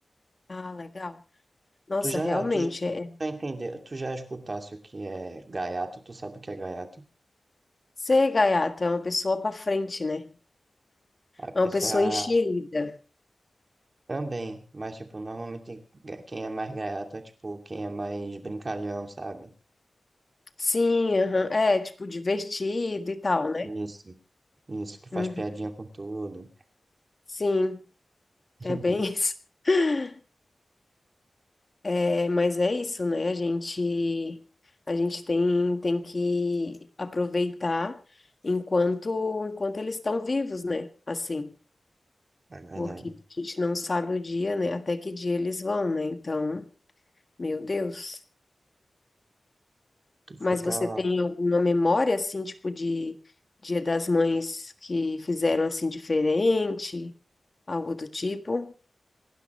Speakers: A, on the left; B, on the right.
A: Ah, legal. Nossa,
B: Tu já,
A: realmente
B: tu já,
A: é é-
B: já entende, tu já escutasse o que é gaiato, tu sabe o que é gaiato?
A: ser gaiato é uma pessoa para frente, né?
B: A
A: É uma
B: pessoa
A: pessoa enxerida.
B: também, mas tipo, normalmente ga- quem é mais gaiato é tipo quem é mais brincalhão, sabe?
A: Sim, aham. É, tipo divertido e tal, né?
B: Isso, isso, que faz
A: Uhum.
B: piadinha com tudo.
A: Sim,
B: <laughs>
A: é bem isso. <laughs> É, mas é isso, né? A gente, a gente tem, tem que aproveitar enquanto, enquanto eles estão vivos, né? Assim,
B: É verdade.
A: porque a gente não sabe o dia, né? Até que dia eles vão, né? Então, meu Deus.
B: Tu
A: Mas
B: fica.
A: você tem alguma memória, assim, tipo de Dia das Mães que fizeram assim diferente, algo do tipo?